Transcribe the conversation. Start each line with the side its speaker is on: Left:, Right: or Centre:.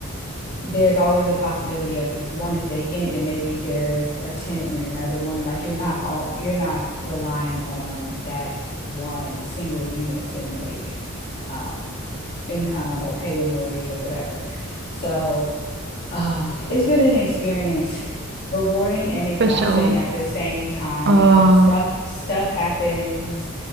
Left: there's always a possibility of if one is vacant then maybe there's a tenant in another one like you're not all you're not relying on that one single unit to make um income or pay your mortgage or whatever. So um, it's been an experience rewarding and exhausting
Right: For sure.
Left: at the same time
Right: Oh
Left: because stuff stuff happens